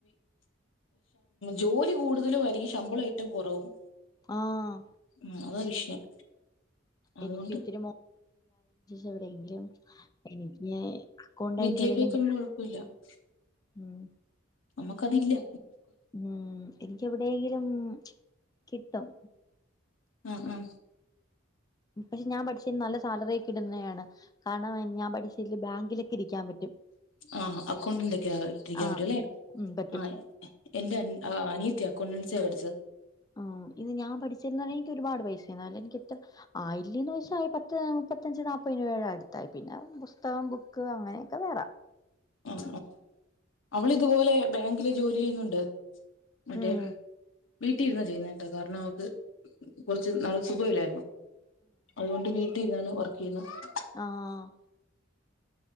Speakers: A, on the left; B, on the left.
A: ജോലി കൂടുതലും ആകും ശമ്പളം ഏറ്റവും കുറവും
B: ആഹ്
A: മ് അതാ വിഷയം അതുകൊണ്ട്
B: എനിക്ക് ഇത്തിരി <inaudible> എവിടെയെങ്കിലും എനിക്ക് കോണ്ടായിട്ട്
A: വിദ്യാഭ്യാസം
B: കേറണം
A: കൊണ്ട് <inaudible>
B: ഉം
A: നമ്മക്കതില്ല
B: ഉം എനിക്ക് എവിടെങ്കിലും കിട്ടും
A: ആ ആ
B: പക്ഷെ ഞാൻ പഠിച്ചിന്ന് നല്ല ശമ്പളം ക്കെഇ ടു ന്നയാണ് കാരണം ഞാൻ പഠിച്ചില് ബാങ്കിലൊക്കെ രിക്കാൻ പറ്റും
A: ആഹ് അക്കൗണ്ടിന്റെക്കെ യാ രിക്കാൻ
B: ആഹ്
A: പറ്റൊ ല്ലെ
B: ഉം പറ്റും
A: ആ എന്റെ അ അനിയത്തിയാ <unintelligible>
B: ആഹ ഇത് ഞാൻ പഠിചിർന്നു ന്ന് പറഞ്ഞാ എനിക്ക് ഒരുപാട് പൈസന്നു മായില്ല ആയില്ലെന്ന് ചോദിച്ചാൽ പത്ത്മുപ്പത്തഞ്ച് നാപ്പ ത് രൂപയുടെ അടുത്തായി പിന്നെ പുസ്തകം ബുക്ക് അങ്ങനെയൊക്കെ വേറെ
A: ആ അവളിതുപോലെ ബാങ്കില് ജോലി ചെയ്യുന്നുണ്ട് മറ്റേ
B: ഉം
A: വീട്ടിൽ ഇരുന്നാ ചെയ്യുന്നേ ട്ടോ കാരണം അവക്ക് കൊറച്ച് നാൾ സുഖ ല്ലായിരുന്നു അതുകൊണ്ട് വീട്ടിൽ ഇരുന്നാണ് <unintelligible>
B: ആഹ